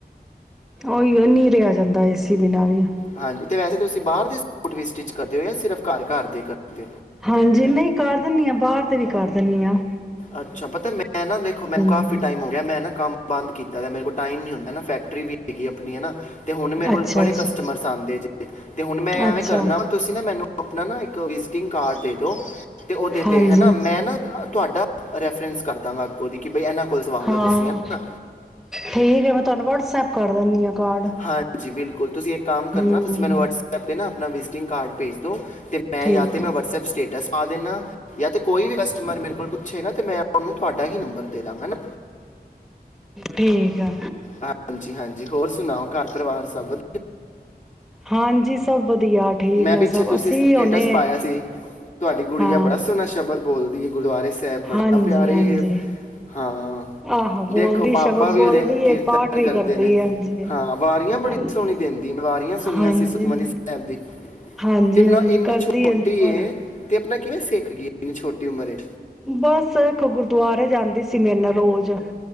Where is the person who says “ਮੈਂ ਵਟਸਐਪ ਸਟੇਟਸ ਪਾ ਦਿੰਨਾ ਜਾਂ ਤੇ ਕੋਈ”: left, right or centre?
Left